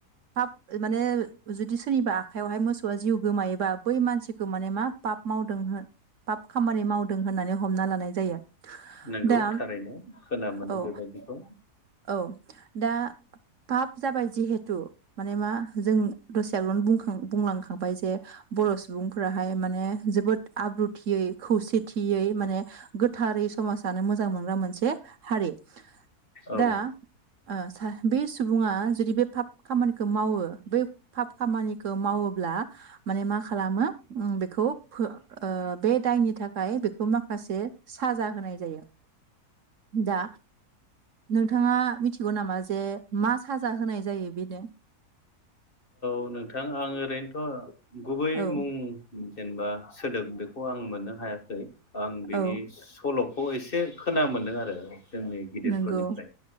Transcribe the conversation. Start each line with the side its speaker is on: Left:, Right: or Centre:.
Right: फाब माने जुदि सोरनिबा आ खायावहाय मोसौआ जिउ गोमायोबा बै मानसिखौ माने मा पाब मावदों हो पाब खामानि मावदों होननानै हमना लानाय जायो।
Left: नंगौ
Right: दा
Left: थारैनो खोना मोनो
Right: औ
Left: बेबायदिखौ
Right: औ दा पाब जाबाय जिहेतु माने मा जों दसे आगोलावनो बुंखां- बुंलांखांबाय जे बर' सुबुंफोराहाय माने जोबोद आब्रुथियै खौसेथियै माने गोथारै समाज जानो मोजां मोनग्रा मोनसे हारि।
Left: औ।
Right: दा ओ सा बे सुबुङा जुदि बे फाब खामानिखो मावो बै फाब खामानि खौ मावोब्ला माने मा खालामो ओम बेखौ फो ओ बे दायनि थाखाय बेखौ माखासे साजा होनाय जायो। दा नोंथाङा मिथिगौ नामा जे मा साजा होनाय जायो बेनो?
Left: औ नोंथां आं ओरैनोथ' गुबै
Right: औ
Left: मुं जेनेबा सोदोब बेखौ आं मोननो हायाखै आं बेनि
Right: औ
Left: सल'खौ एसे खोना मोनदों आरो। जोंनि गिदिरफोरनिफ्राय
Right: नोंगौ